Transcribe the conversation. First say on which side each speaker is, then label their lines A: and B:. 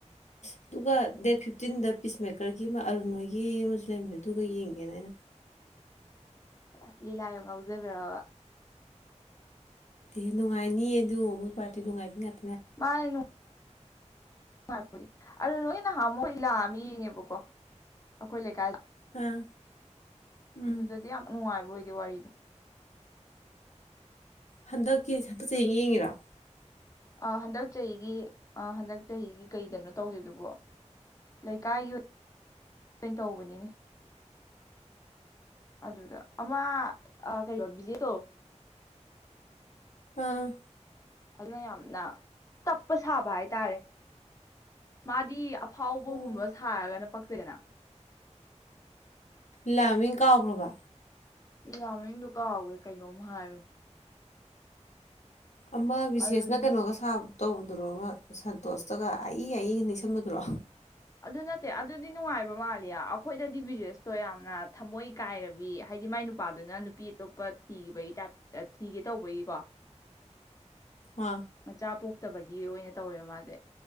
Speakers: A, on the left (about 70°); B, on the left (about 25°).
A: ꯑꯗꯨꯒ ꯗꯦꯠ ꯐꯤꯞꯇꯤꯟꯗ ꯄꯤꯁꯃꯦꯀꯔꯒꯤ ꯑꯃ ꯑꯔꯨꯟꯍꯣꯏꯒꯤ ꯑꯃꯁꯨ ꯂꯩꯕꯅꯦ ꯑꯗꯨꯒ ꯌꯦꯡꯒꯦꯅ ꯑꯩꯅ
B: ꯑꯁ ꯂꯤꯂꯥ ꯌꯥꯝ ꯉꯥꯎꯖꯕꯤꯔꯕ?
A: ꯏ ꯅꯨꯡꯉꯥꯏꯅꯤꯌꯦ ꯑꯗꯨ ꯃꯣꯏ ꯄꯥꯔꯇꯤ ꯅꯨꯡꯉꯥꯏꯅꯤ ꯉ
B: ꯃꯥꯅꯦ ꯅꯨ ꯍꯥꯏꯕꯗꯤ ꯑꯗꯣ ꯅꯣꯏ ꯅꯍꯥꯟꯃꯨ ꯂꯤꯂꯥ ꯑꯃ ꯌꯦꯡꯉꯦꯕꯀꯣ ꯑꯩꯈꯣꯏ ꯂꯩꯀꯥꯏ
A: ꯑꯥ ꯎꯝ
B: ꯑꯗꯨꯗꯤꯌꯥꯝ ꯅꯉꯥꯏꯕꯨ ꯑꯣꯏꯗꯦ꯫ ꯋ꯭ꯔꯤꯗꯣ
A: ꯍꯟꯗꯛꯀꯤ ꯍꯟꯇꯛ ꯆꯍꯤ ꯌꯦꯡꯉꯤꯔꯥ?
B: ꯑ ꯍꯟꯗꯛ ꯆꯍꯤꯒꯤ ꯑ ꯍꯟꯗꯛ ꯆꯍꯤꯒꯤ ꯀꯩꯗꯅꯣ ꯇꯧꯒꯦꯗꯨꯕꯣ ꯂꯩꯀꯥꯏꯒꯤ ꯑꯣꯏꯅ ꯇꯧꯕꯅꯤꯅꯦ ꯑꯗꯨꯗ ꯑꯃ ꯑꯥ ꯀꯩ <unintelligible>
A: ꯎꯝ꯫
B: ꯑꯗꯨꯅ ꯌꯥꯝꯅ ꯇꯞꯄ ꯁꯥꯕ ꯍꯥꯏꯇꯥꯔꯦ ꯃꯥꯗꯤ ꯐꯥꯎꯕꯒꯨꯝꯕ
A: ꯑꯣ
B: ꯁꯥꯔꯒꯅ ꯄꯛ ꯗꯅ
A: ꯂꯤ ꯂꯥ ꯃꯥꯃꯤꯡ ꯀꯥꯎꯈ꯭ꯔꯕ?
B: ꯌꯥꯝ ꯃꯅꯤꯡꯡꯗꯣ ꯀꯥꯎꯈ꯭ꯔꯦ ꯀꯩꯅꯣꯝ ꯍꯥꯏꯕꯅꯦ꯫
A: ꯑꯃ ꯕꯤꯁꯦꯁꯅ
B: ꯑꯔꯨꯟ
A: ꯀꯩꯅꯣꯒ ꯁꯥꯕ ꯇꯧꯕꯗꯨꯔꯣ ꯑꯃ ꯁꯟꯇꯣꯁꯇꯒ ꯑꯏ ꯑꯏꯒ ꯅꯤꯡꯁꯕꯗꯨꯔꯣ꯫
B: ꯑꯗꯨ ꯅꯠꯇꯦ ꯑꯗꯨꯗꯤ ꯅꯨꯡꯉꯥꯏꯕ ꯃꯥꯂꯦ ꯑꯩꯈꯣꯏꯗꯗꯤ ꯕꯤꯖꯤꯅꯦꯁꯇꯣ ꯌꯥꯝꯅ ꯊꯃꯣꯏ ꯀꯥꯏꯔꯕꯤ ꯍꯥꯏꯗꯤ ꯃꯥꯏ ꯅꯨꯄꯥꯗꯨꯅ ꯅꯨꯄꯤ ꯑꯇꯣꯞꯄ ꯊꯤꯈꯤꯕꯒꯤ ꯇꯥꯏꯞ ꯊꯤꯒꯦ ꯇꯧꯕꯒꯤꯀꯣ
A: ꯑ
B: ꯃꯆꯥ ꯄꯣꯛꯇꯕ ꯒꯤ ꯑꯣꯏꯅ ꯇꯧꯋꯦꯕ ꯃꯥꯁꯦ